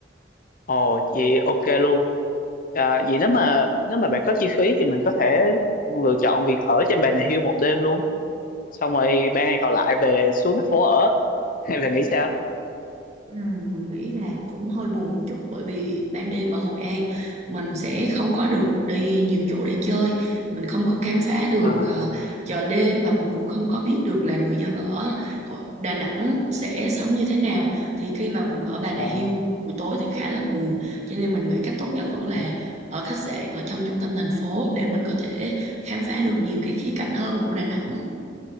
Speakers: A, on the left; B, on the right.
A: ồ chị ok luôn à, vậy nếu mà nếu mà bạn có chi phí thì mình có thể lựa chọn việc ở trên Bà Nà Hills một đêm luôn xong rồi ba ngày còn lại về xuống thành phố ở <laughs> hay bạn nghĩ sao
B: Ừ, mình nghĩ là cũng hơi buồn một chút bởi vì ban đêm ở Hội An mình sẽ không có được đi nhiều chỗ để chơi mình không có khám phá được
A: à
B: ờ, chợ đêm và mình cũng không có biết được là người dân ở Hội- Đà Nẵng sẽ sống như thế nào thì khi mà mình ở Bà Nà
A: ồ
B: Hills buổi tối thì khá là buồn cho nên mình nghĩ cách tốt nhất vẫn là
A: ừ
B: ở khách sạn ở trong trung tâm thành phố để mình có thể khám phá được nhiều cái khía cạnh hơn của Đà Nẵng